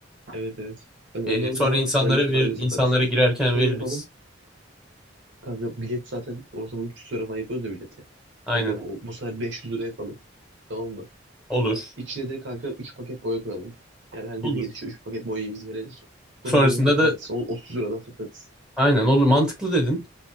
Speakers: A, on the right; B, in the centre.
A: Evet evet. Kanka
B: Ee,
A: onları
B: sonra
A: da bu arada
B: insanlara
A: parayla,
B: ver,
A: parayla
B: insanlara
A: satarız.
B: girerken
A: Şöyle
B: veririz.
A: yapalım. Kanka bilet zaten ortalama 300 lira falan yapıyoruz ya bileti.
B: Aynen.
A: Kanka o, bu sefer 500 lira yapalım. Tamam mı?
B: Olur.
A: İçine de kanka 3 paket boya koyalım. Yani herkese
B: Olur.
A: gidişe 3 paket boyayı biz verelim. Sonra
B: Sonrasında
A: boyanın da tanesi
B: da
A: o- 30 liradan satarız.
B: aynen olur. Mantıklı dedin.